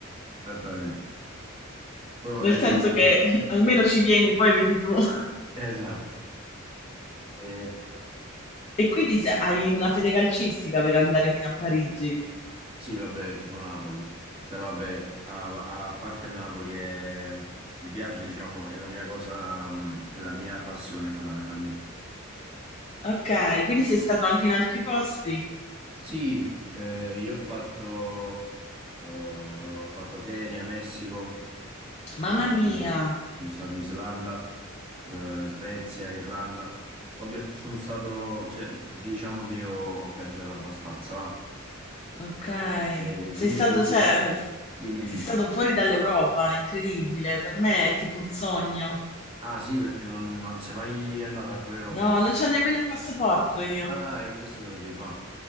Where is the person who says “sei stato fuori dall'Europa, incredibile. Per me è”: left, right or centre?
Left